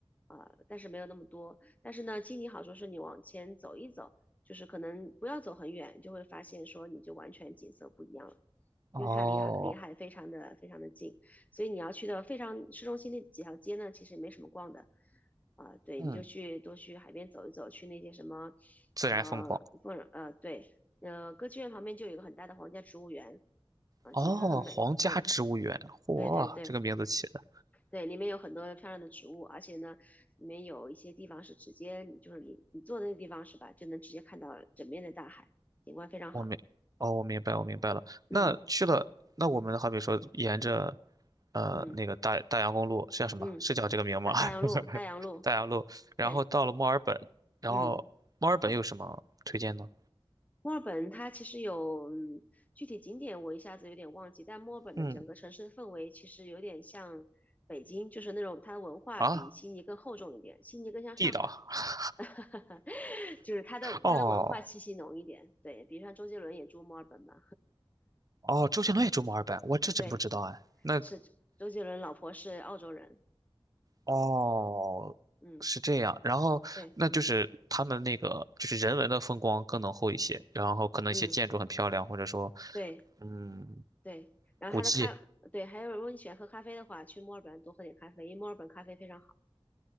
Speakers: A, on the left; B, on the right.
A: 啊、但是没有那么多。但是呢，经济好处是你往前走一走，就是可能不要走很远，就会发现说你就完全景色不一样了，
B: 哦，
A: 因为它离海离海非常的非常的近，所以你要去的非常市中心那几条街呢，其实没什么逛的。啊、呃对，
B: 嗯，
A: 你就去多去海边走一走，去那些什么，
B: 自然风光，
A: 呃，不，呃，对，呃，歌剧院旁边就有一个很大的皇家植物园，啊、
B: 哦，
A: 景色很美，
B: 皇家植物园，
A: 对，
B: 嚯，
A: 对对对
B: 这个名字起。的。
A: 对，里面有很多漂亮的植物，而且呢，里面有一些地方是直接，就是你你坐的那地方是吧，就能直接看到整面的大海，景观非常好，
B: 我明，哦，我明白，我明白了。
A: 嗯
B: 那去了，那我们好比说沿着，呃，
A: 嗯
B: 那个大大洋公路是叫什么？
A: 嗯，
B: 是叫这个名吗？
A: 大大洋路，
B: <laughs>
A: 大洋路，
B: 大洋路，然后到了墨尔本，
A: 对，
B: 然后墨尔本有什么推荐呢？
A: 嗯。墨尔本它其实有，嗯，具体景点我一下子有点忘记，但墨尔本的整个城市的氛围其实有点像北京，
B: 嗯，
A: 就是那种它的文化比悉尼更厚重一点，
B: 啊，
A: 悉尼更像上海，
B: 地道啊
A: <laughs> 就是它的它的文化气息浓一点。
B: 哦
A: 对，比如像周杰伦也住墨尔本嘛，
B: 哦，周杰伦也住墨尔本，我这真不知道哎。
A: <laughs> 对，
B: 那
A: 是周杰伦老婆是澳洲人，
B: 哦，
A: 嗯，
B: 是这样，然后那就是他们那个就是人文的风光更浓厚一些，
A: 对，
B: 然后可能一些建筑很漂亮，
A: 嗯，
B: 或者说
A: 对
B: 嗯
A: 对，然后他的咖，
B: 古迹。
A: 对，还有如果你喜欢喝咖啡的话，去墨尔本多喝点咖啡，因为墨尔本咖啡非常好，